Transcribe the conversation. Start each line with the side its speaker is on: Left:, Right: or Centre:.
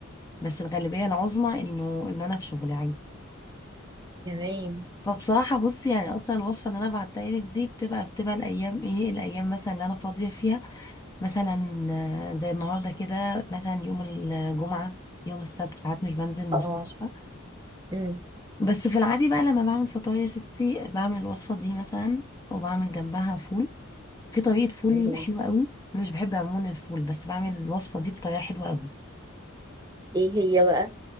Left: بس الغالبيه العظمى انه ان انا في شغلي عادي
Right: تمام
Left: فبصراحه بصي يعني اصلا الوصفه اللي انا بعتها لك دي بتبقى بتبقى الايام ايه الايام مثلا اللي انا فاضيه فيها مثلا آه، زي النهارده كده مثلا يوم الجمعة يوم السبت ساعات مش بنزل المستشفى
Right: اه مم.
Left: بس في العادي بقى لما بعمل فطاير يا ستي بعمل الوصفة دي مثلا وبعمل جنبها فول في طريقة فول
Right: الله.
Left: حلوة قوي انا مش بحب عموما الفول بس بعمل الوصفة دي بطريقة حلوة قوي
Right: ايه هي بقى